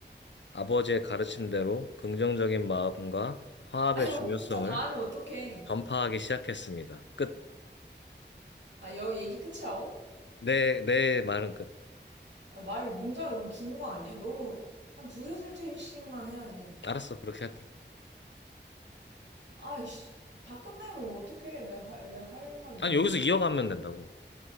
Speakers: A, on the left (about 75°); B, on the right (about 75°).
A: 아버지의 가르침대로 긍정적인 마음과 화합의
B: 아니,
A: 중요성을
B: 문자 다 하면 어떡해.
A: 전파하기 시작했습니다. 끝.
B: 아, 여 얘기 끝이야오?
A: 내, 내 말은 끝.
B: 아, 말이 문자가 너무 긴 거 아니야? 너무 한 두세 줄씩만 해야지.
A: 알았어, 그렇게 할게.
B: 아이씨, 다 끝내면 어떡해. 내가 할, 내가 할 말이 없는데.
A: 아니, 여기서 이어가면 된다고.